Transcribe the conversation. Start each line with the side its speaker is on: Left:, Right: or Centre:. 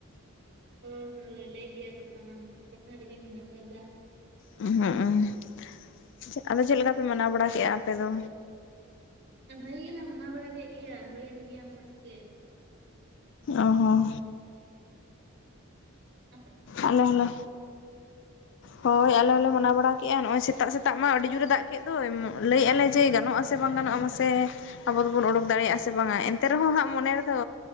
Right: ᱦᱳᱭ ᱦᱳᱭ ᱞᱟᱹᱭ ᱜᱮᱭᱟ ᱠᱚ ᱛᱚ ᱚᱱᱟᱢᱟ ᱠᱟᱛᱷᱟ ᱨᱮᱜᱮ ᱢᱮᱱᱟᱜ ᱠᱟᱫᱟ
Left: <unintelligible> ᱟᱫᱚ ᱪᱮᱫ ᱞᱮᱠᱟ ᱯᱮ ᱢᱟᱱᱟᱣ ᱵᱟᱲᱟ ᱠᱮᱜᱼᱟ ᱟᱯᱮ ᱫᱚ?
Right: ᱵᱷᱟᱹᱜᱤ ᱜᱮᱞᱮ ᱢᱟᱱᱟᱣ ᱵᱟᱲᱟ ᱠᱮᱜ ᱜᱮᱭᱟ ᱦᱩᱭᱮᱱ ᱜᱮᱭᱟ ᱢᱚᱡᱽ ᱜᱮ
Left: ᱚ ᱦᱚᱸ
Right: ᱦᱩᱸ
Left: ᱟᱞᱮ ᱦᱚᱸᱞᱮ ᱦᱳᱭ ᱟᱞᱮ ᱦᱚᱸᱞᱮ ᱢᱟᱱᱟ ᱵᱟᱲᱟ <unintelligible> ᱱᱚᱣᱟ ᱚᱭ ᱥᱮᱛᱟᱜ ᱥᱮᱛᱟᱜ ᱢᱟ ᱟᱹᱰᱤ ᱡᱳᱨᱮ ᱫᱟᱜ ᱠᱮᱫ ᱫᱚᱭ ᱞᱟᱹᱭᱮᱫ ᱟᱞᱮ ᱡᱮ ᱜᱟᱱᱚᱜ ᱟᱥᱮ ᱵᱟᱝ ᱜᱟᱱᱚᱜᱼᱟ ᱢᱟᱥᱮ <unintelligible> ᱟᱵᱚᱱ ᱳᱰᱳᱠ ᱫᱟᱲᱮᱭᱟᱜᱼᱟ ᱥᱮ ᱵᱟᱝᱟ ᱮᱱᱛᱮ ᱨᱮᱦᱚᱸ ᱦᱟᱸᱜ ᱢᱚᱱᱮ ᱨᱮᱫᱚ